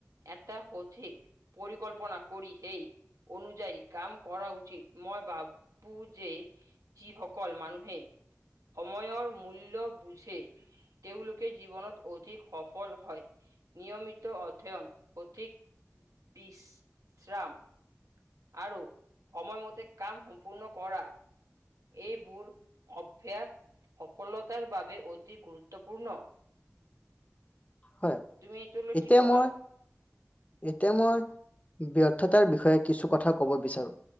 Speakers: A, on the right; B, on the left.
A: এটা সঠিক পৰিকল্পনা কৰি সেই অনুযায়ী কাম কৰা উচিত, মই ভাবো যে যিসকল মানুহে, সময়ৰ মূল্য বুজে। তেওঁলোকে জীৱনত অধিক সফল হয়, নিয়মিত অধ্যয়ন সঠিক বিশ্ৰাম। আৰু, সময়মতে কাম সম্পূৰ্ণ কৰা। এইবোৰ অইভাস, সফলতাৰ বাবে অতি গুৰুত্বপূৰ্ণ।
B: হয়,
A: তুমি এইটোলৈ
B: এতিয়া
A: কি ক'বা?
B: মই এতিয়া মই, ব্যৰ্থতাৰ বিষয়ে কিছু কথা কব বিচাৰো।